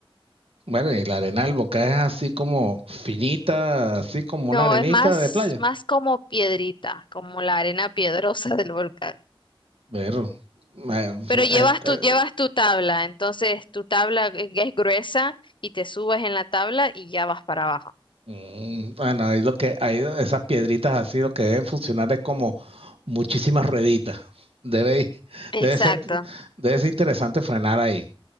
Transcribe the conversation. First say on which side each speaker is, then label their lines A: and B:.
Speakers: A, on the right; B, on the left.
A: Bueno, y la arena del Boca es así como finita, así como
B: No,
A: una arenita
B: es más,
A: de playa.
B: más como piedrita, como la arena piedrosa <laughs> del volcán.
A: Pero, eh,
B: Pero llevas
A: eh,
B: tu,
A: eh,
B: llevas tu tabla, entonces tu tabla es es gruesa y te subes en la tabla y ya vas para abajo.
A: mm, bueno, ahí lo que, ahí esas piedritas así lo que deben funcionar es como muchísimas rueditas. Debe, ir-
B: Exacto.
A: debe ser, debe ser interesante frenar ahí.